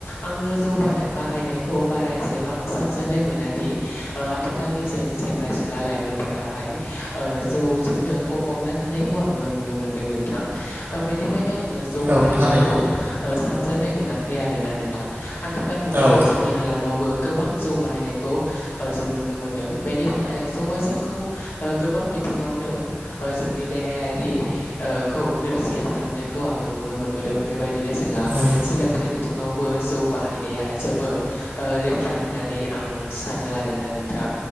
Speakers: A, on the left (about 85°); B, on the right (about 80°).
A: आङो जौ बा बाहायनायखौ बारा एसेबां साबजानाय मोनादि ओ आथिखालनि जों सेंग्रा सिख्ला लाइमोनफोराहाय ओ जौजोंनो गफबना थानायखौ आङो नुनो मोनदों नोंथां ओ बेनिखायनो आं जौ
B: औ
A: बाहायनायखौ
B: थारैनो
A: ओ साबजानाय मोना खै आरो ना नोंथां आ थिखाल मुगायाव
B: औ
A: जोंनि हालामावबो गोबां जौ बाहायनायखौ ओ जों नुनो मोनदों बेनि थाखाय जौआ जोंखौ ओ गोबां बिथिङावनो ओ जोंनि देहायारि ओ खौ नोरजिया खालामनायखौ आङो नुनो मोनबोदों बेबाय दिनो जोंहा
B: नंगौ
A: सोलोंथाइ बिथिङाव बो जौ बाहायनाया जोबोद ओ लेथ्रा होननानै आं सानो आरो ना नोंथां